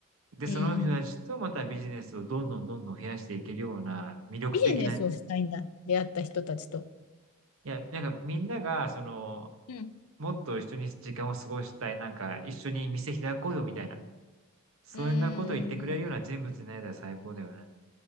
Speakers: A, on the right; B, on the left.
A: で、
B: う。
A: その人たちとまたビジネスをどんどんどんどん増やしていけるような魅力的な、
B: うん、ビジネスをしたいんだ。
A: い
B: 出会った人たちと。
A: や、なんかみんなが、その、
B: うん、
A: もっと一緒に時間を過ごしたい、なんか一緒に店開こうよみたいな、そんなことを言ってくれるような人物になれたら最高だよね。
B: うーん、